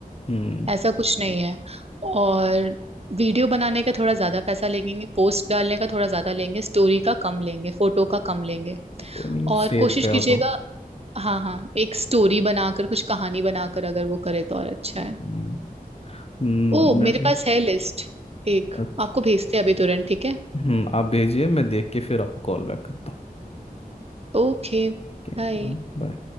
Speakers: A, on the left; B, on the right.
A: हम्म
B: ऐसा कुछ नहीं है और वीडियो बनाने का थोड़ा ज्यादा पैसा लेंगे पोस्ट डालने का थोड़ा ज्यादा लेंगे स्टोरी का कम लेंगे फोटो का कम लेंगे
A: कोई नहीं
B: और
A: सेल
B: कोशिश
A: पे
B: कीजिएगा
A: हो तो
B: हाँ हाँ एक स्टोरी बनाकर कुछ कहानी बनाकर अगर वो करे तो और अच्छा
A: हम्म
B: है
A: हम्म,
B: ओ
A: मैं
B: मेरे
A: भी
B: पास है लिस्ट एक
A: अच्छा
B: आपको भेजते हैं अभी तुरंत ठीक है
A: हम्म आप भेजिए मैं देख के फिर आपको कॉल बैक करता हूँ
B: Okay
A: ओके
B: bye
A: Bye bye.